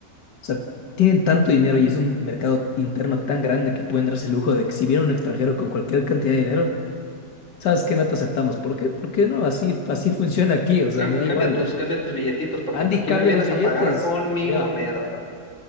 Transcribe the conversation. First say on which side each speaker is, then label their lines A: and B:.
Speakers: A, on the left; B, on the left.
A: sea, tienen tanto dinero y es un mercado interno tan grande que pueden darse el lujo de exhibir a un extranjero con cualquier cantidad de dinero ¿Sabes qué? No te aceptamos. ¿Por qué? ¿Por qué no? Así, así funciona aquí. O sea,
B: Cam-
A: me da igual.
B: Cambia tus, cambia tus billetitos, papito.
A: Andy
B: Aquí
A: cambia
B: me vienes
A: los billetes.
B: a pagar con mi
A: Ya.
B: moneda.